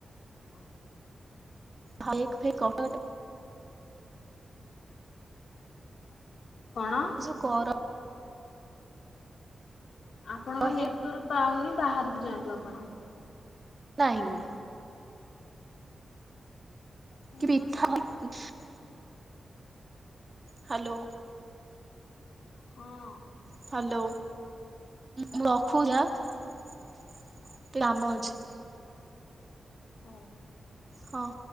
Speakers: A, on the left; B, on the right.
A: <unintelligible>
B: ହ ଏକ ଫ <unintelligible>
A: କଣ?
B: ଯୋ କର
A: ଆପଣଙ୍କ ନେଟୱାର୍କ
B: ହିଁ
A: ପାଉନି ବାହାରକୁ ଯାଆନ୍ତୁ ଆପଣ।
B: <unintelligible>
A: ଶୁଣା
B: କି ମିଠା
A: ଯାଉନି
B: <unintelligible> ହ୍ୟାଲୋ।
A: ହଁ।
B: ହ୍ୟାଲୋ। ମୁଁ ରଖୁଚି ଆ ଟିକେ କାମ ଅଛି।
A: ହଉ।
B: ହଁ।